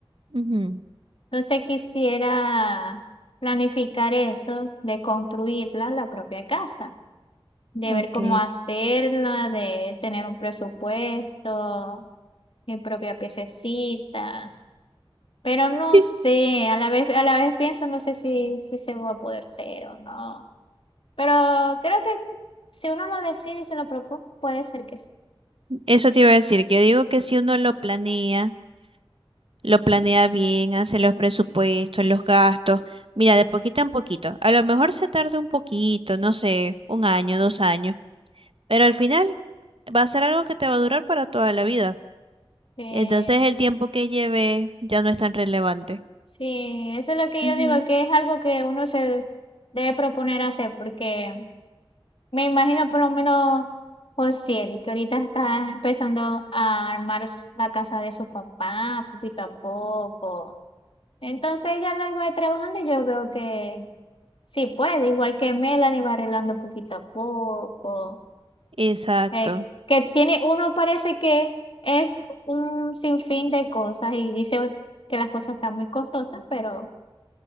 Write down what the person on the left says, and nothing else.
Entonces quisiera planificar eso de construirla, la propia casa. de ver
cómo hacerla, de tener un presupuesto, mi propia piececita. Pero no
sé, a la vez, a la vez pienso, no sé si, si se va a poder ser o no. Pero creo que si uno lo decide y se lo propone, puede ser que sí.
Eh,
sí, eso es lo que
yo digo, que es algo que uno se debe proponer hacer, porque Me imagino por lo menos Josiel, que ahorita está empezando a armar s- la casa de su papá poquito a poco. Entonces ella lo iba trabajando y yo veo que sí puede, igual que Melanie va arreglando poquito a poco.
Eh, que tiene, uno parece que es un sinfín de cosas y dice que las cosas están muy costosas, pero